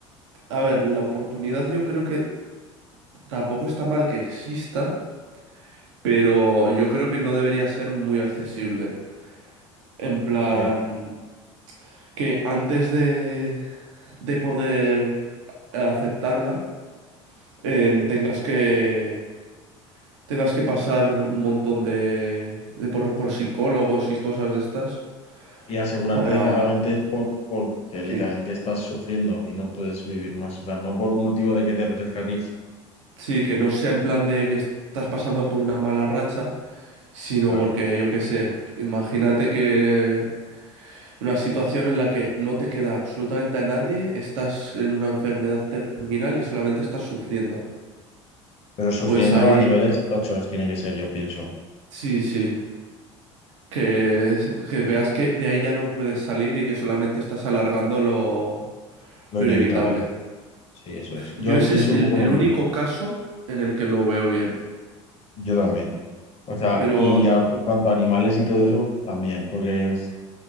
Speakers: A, on the right; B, on the left.
A: a ver, la oportunidad yo creo que tampoco está mal que exista, pero yo creo que no debería ser muy accesible. En plan,
B: Ya.
A: que antes de, de poder aceptarla, em, tengas que, tengas que pasar un montón de, de por, por psicólogos y cosas de estas
B: y asegurarte
A: para...
B: de que realmente es por, porque
A: Sí,
B: literalmente estás sufriendo y no puedes vivir más. O sea, no por un motivo de que te apetezca a ti,
A: sí, que no sea en plan de que estás pasando por una mala racha sino
B: claro.
A: porque yo qué sé, imagínate que en una situación en la que no te queda absolutamente a nadie, estás en una enfermedad terminal y solamente estás sufriendo.
B: Pero sufriendo
A: Pues ahí,
B: a niveles tochos tiene que ser, yo pienso.
A: sí, sí, que, que veas que de ahí ya no puedes salir y que solamente estás alargando lo,
B: Lo
A: lo
B: inevitable.
A: inevitable.
B: Sí, eso es. Yo
A: Yo ese
B: pienso
A: es el,
B: un poco
A: el
B: lo mismo.
A: único caso en el que lo veo bien,
B: Yo también. O sea,
A: pero
B: y ya en cuanto a animales y todo eso, también. Porque es-